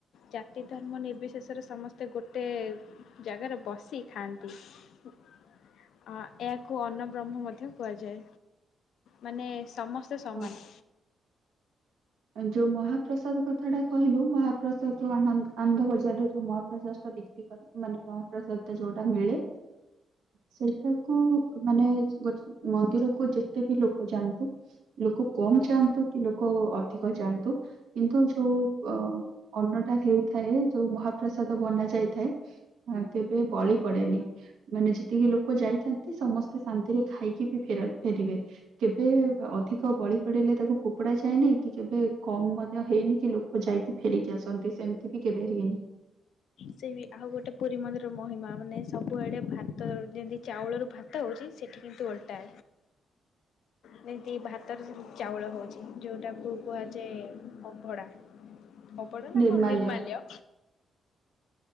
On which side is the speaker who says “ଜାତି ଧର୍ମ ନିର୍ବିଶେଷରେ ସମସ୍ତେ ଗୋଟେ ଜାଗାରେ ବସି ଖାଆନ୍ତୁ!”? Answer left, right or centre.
Left